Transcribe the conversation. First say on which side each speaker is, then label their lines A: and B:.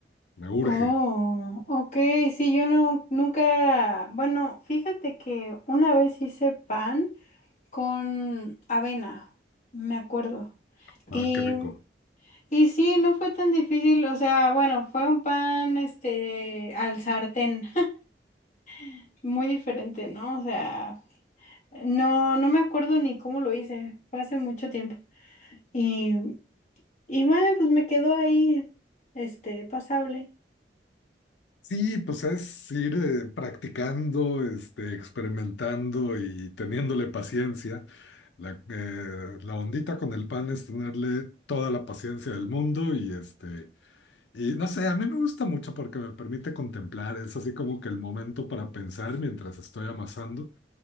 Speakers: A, on the left; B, on the left.
A: me urge.
B: Oh, ok, sí, yo no, nunca, bueno, fíjate que una vez hice pan con avena, me acuerdo.
A: Ah,
B: Y,
A: qué rico.
B: y sí, no fue tan difícil, o sea, bueno, fue un pan, este, al sartén, <laughs> muy diferente, ¿no? O sea, no, no me acuerdo ni cómo lo hice, fue hace mucho tiempo. Y, y bueno, pues me quedó ahí, este, pasable.
A: Sí, pues es ir eh, practicando, este, experimentando y teniéndole paciencia. La, eh, la ondita con el pan es tenerle toda la paciencia del mundo y este, y no sé, a mí me gusta mucho porque me permite contemplar, es así como que el momento para pensar mientras estoy amasando,